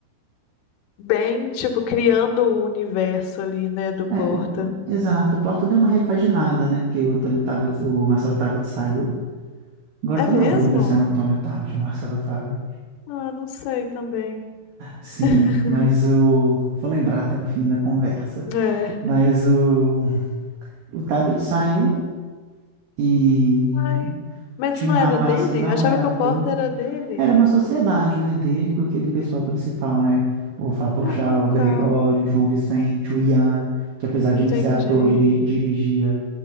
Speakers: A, on the left; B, on the right.
A: bem, tipo, criando o universo ali, né, do Porta.
B: É, o- exato, o Porta deu uma repaginada, né? Porque o Antônio Tabet, o Marcelo Tabet saiu. Agora
A: É
B: eu tô
A: mesmo?
B: na dúvida se é Antônio Tabet ou Marcelo Tabet.
A: Ah, não sei também.
B: Sim,
A: <laughs>
B: mas o. Vou lembrar até o fim da conversa.
A: É.
B: Mas o, o Tabet saiu e
A: Ai, mas
B: tinha
A: não
B: um rapaz
A: era dele?
B: que não
A: Eu achava
B: era
A: que
B: ator.
A: o Porta era dele.
B: Era uma sociedade, né, dele com aquele pessoal principal, né? O Vapochá,
A: Ah,
B: o Gregório,
A: tá.
B: o João Vicente, o Ian, que apesar
A: Entendi.
B: de não ser ator, diri- dirigia